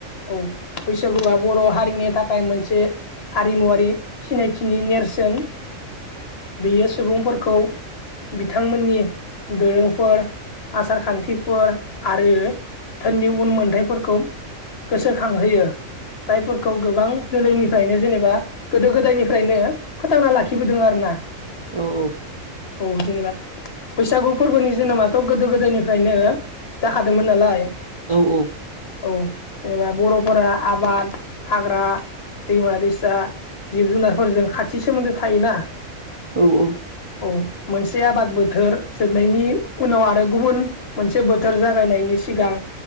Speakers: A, on the left (about 50°); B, on the right (about 35°).
A: औ बैसागुआ बर' हारिनि थाखाय मोनसे हारिमुवारि सिनायथिनि नेरसोन बेयो सुबुंफोरखौ बिथांमोननि दोरोंफोर आसार खान्थिफोर आरो नि उन मोनथायफोरखौ गोसोखांहोयो जायफोरखौ गोबां जोलैनि निफ्रायनो जेनेबा गोदो गोदायनिफ्रायनो फोथांना लाखिबोदों आरो ना
B: औ औ
A: औ जेनेबा बैसागु फोरबोनि जोनोमाथ' गोदो गोदायनिफ्रायनो जाखादोंमोन नालाय
B: औ औ
A: औ जेनेबा बर'फोरा आबाद हाग्रा दैमा दैसा जिब जुनारफोरजों खाथि सोमोन्दो थायोना।
B: औ औ
A: औ मोनसे आबाद बोथोर जोबनायनि उनाव आरो गुबुन मोनसे बोथोर जागायनायनि सिगां